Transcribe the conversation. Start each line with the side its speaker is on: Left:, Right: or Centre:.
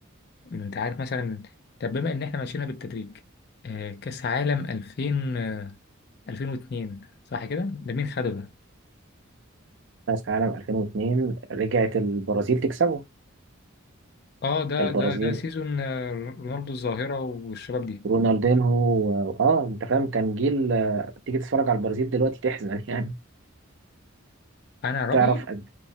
Left: انت عارف مثلا طب بما ان احنا ماشيينها بالتدريج آه، كأس عالم 2000 آه، 2002 صح كده ده مين خده ده
Right: كاس العالم 2002 رجعت البرازيل تكسبه
Left: اه ده
Right: البرازيل
Left: ده ده سيزون آه، رونالدو الظاهرة والشباب دي
Right: رونالدينهو و- اه انت فاهم كان جيل آه، تيجي تتفرج على البرازيل دلوقتي تحزن <laughs> يعني
Left: انا رأيي
Right: تعرف قد